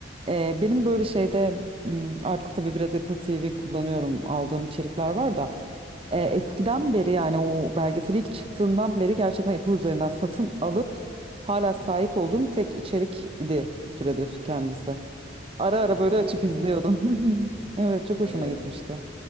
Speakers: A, on the right (about 30°); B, on the left (about 20°).
A: Ee, benim böyle şeyde m, artık tabii biraz Apple TV kullanıyorum aldığım içerikler var da e,
B: Hı hı.
A: eskiden beri yani o belgesel ilk çıktığından beri gerçekten Apple üzerinden satın alıp hala
B: Hı
A: sahip
B: hı.
A: olduğum tek içerik idi bir süredir kendisi. Ara
B: O,
A: ara böyle
B: o kadar
A: açıp
B: şey
A: izliyordum.
B: yaptım.
A: <laughs> Evet çok hoşuma
B: E,
A: gitmişti.